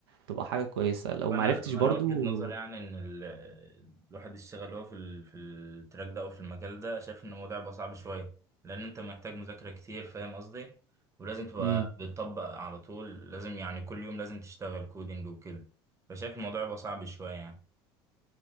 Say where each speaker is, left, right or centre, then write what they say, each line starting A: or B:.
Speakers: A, on the right; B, on the right.
A: تبقى حاجه كويسه لو
B: وانا
A: ما عرفتش برضو
B: انا وجهة نظر يعني ان ال... الواحد يشتغل هو في ال... في التراك ده او في المجال ده شايف ان الموضوع بقى صعب شويه لان انت محتاج مذاكره كتير فاهم قصدي ولازم تبقى
A: امم
B: بتطبق على طول لازم يعني كل يوم لازم تشتغل كودينج وكده فشايف الموضوع بقى صعب شويه يعني